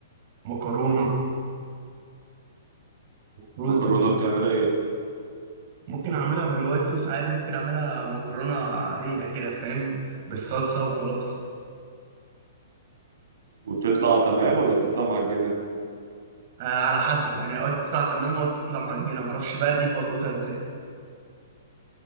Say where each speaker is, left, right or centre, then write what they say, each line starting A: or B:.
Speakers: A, on the right (about 35°); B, on the right (about 80°).
A: مكرونة ورز
B: مكرونه بتعملها ايه
A: ممكن اعملها بالوايت صوص عادي ممكن اعملها مكرونة عادية كده فاهم بالصلصة وخلاص
B: وبتطلع تمام ولا بتطلع معجنه
A: آه على حسب يعني اوقات تطلع تمام واوقات تطلع معجنه ما اعرفش بقى دي بظبطها ازاي